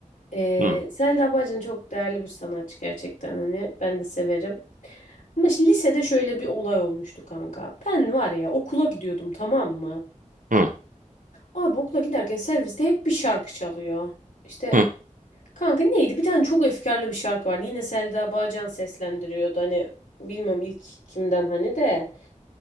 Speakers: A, on the left; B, on the right.
A: Ee,
B: <laughs> Hı,
A: Selda Bağcan çok değerli bir sanatçı gerçekten hani ben de severim. Ama işte lisede şöyle bir olay olmuştu kanka. Ben var ya okula gidiyordum tamam mı?
B: hı,
A: Abi okula giderken serviste hep bir şarkı çalıyor. İşte
B: hı.
A: kanka neydi? Bir tane çok efkarlı bir şarkı vardı. Yine Selda Bağcan seslendiriyordu. Hani bilmiyorum ilk kimden hani de.